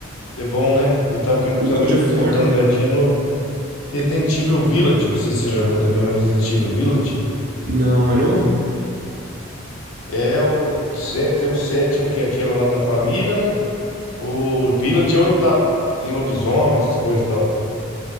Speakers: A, on the left; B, on the right.
A: The Bom, né? E eu tava querendo
B: O
A: também
B: God of War.
A: dando uma olhadinha no Resident
B: é-
A: Evil Village, não sei se você já jogou também o Resident Evil Village.
B: Não, é novo?
A: É o sé- tem o sétimo que é aquele lá da família, né? O Village é o oitavo, que tem lobisomem, essas coisas e tal.